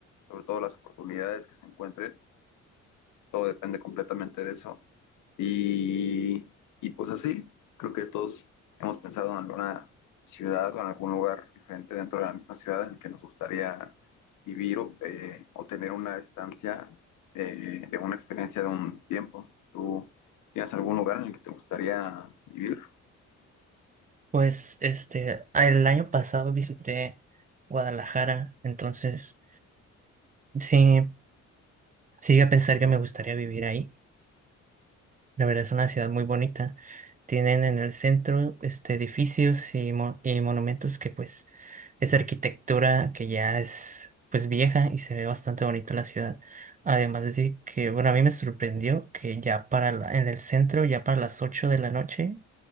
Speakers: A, on the left; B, on the right.
A: sobre todo las oportunidades que se encuentren. Todo depende completamente de eso. Y, y pues así, creo que todos hemos pensado en alguna ciudad o en algún lugar diferente dentro de la misma ciudad en el que nos gustaría vivir o, eh, o tener una estancia eh, de una experiencia de un tiempo. ¿Tú tienes algún lugar en el que te gustaría vivir?
B: Pues este, el año pasado visité Guadalajara, entonces sí, sí a pensar que me gustaría vivir ahí. La verdad es una ciudad muy bonita. Tienen en el centro este, edificios y, mo- y monumentos que pues es arquitectura que ya es pues vieja y se ve bastante bonita la ciudad. Además de que, bueno, a mí me sorprendió que ya para la- en el centro, ya para las 8 de la noche,